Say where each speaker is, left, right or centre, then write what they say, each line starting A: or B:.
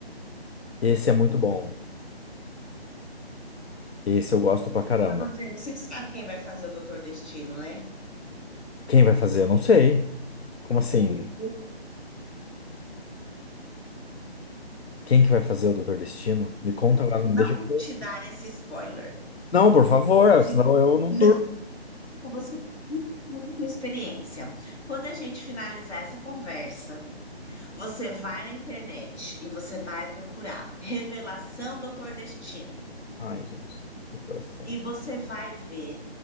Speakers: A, on the left; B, on the left.
A: Esse
B: Então,
A: é muito bom. Esse eu gosto pra caramba.
B: Mas eu tô dizendo, você sabe quem vai fazer o Doutor Destino, né?
A: Quem vai fazer? Eu não sei. Como assim?
B: Hum, Eu,
A: Quem que vai fazer o Doutor Destino? Me
B: eu
A: conta agora,
B: eu
A: não
B: não
A: me deixa.
B: vou
A: com-
B: te dar esse spoiler.
A: Não, por favor, é,
B: Se,
A: senão eu não
B: não,
A: durmo.
B: você precisa ter essa experiência. Quando a gente finalizar essa conversa, você vai na internet e você vai procurar Revelação Doutor Destino.
A: Ai, gente, meu coração.
B: E você vai ver